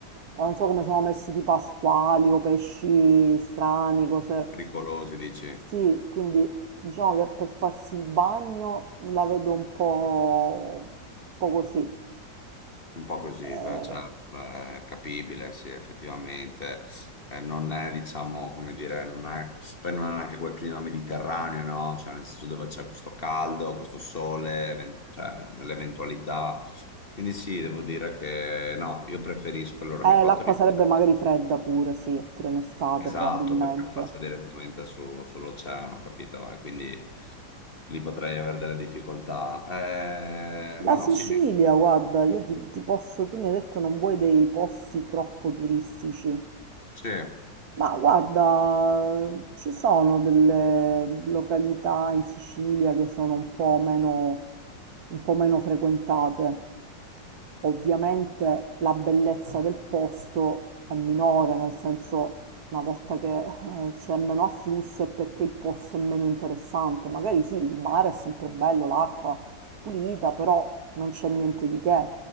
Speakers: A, on the right (about 60°); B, on the left (about 35°).
A: eh, non so come sono messi tipo pasquali o pesci strani, cose.
B: Pericolosi, dici?
A: Sì, quindi Diciamo che per farsi il bagno la vedo un po', un po' così.
B: Un po' così,
A: Eh,
B: beh, cioè, beh, è capibile, sì, effettivamente. Eh, non è, diciamo, come dire, non è... Poi non è neanche quel clima mediterraneo, no? Cioè, nel senso dove c'è questo caldo, questo sole, ven- cioè, nell'eventualità. Quindi sì, devo dire che no, io preferisco, allora
A: eh,
B: mi hai fatto
A: l'acqua
B: riflettere.
A: sarebbe magari fredda pure, sì, pure in estate
B: Esatto,
A: probabilmente.
B: perché affaccia direttamente su- sull'oceano, capito? E quindi lì potrei avere delle difficoltà. Eh,
A: La
B: no,
A: Sicilia,
B: sì, mi-
A: guarda, io ti, ti posso, tu mi hai detto non vuoi dei posti troppo turistici.
B: sì.
A: Ma guarda, ci sono delle località in Sicilia che sono un po' meno, un po' meno frequentate. Ovviamente la bellezza del posto è minore, nel senso una volta che eh, c'è meno afflusso è perché il posto è meno interessante. Magari sì, il mare è sempre bello, l'acqua pulita, però non c'è niente di che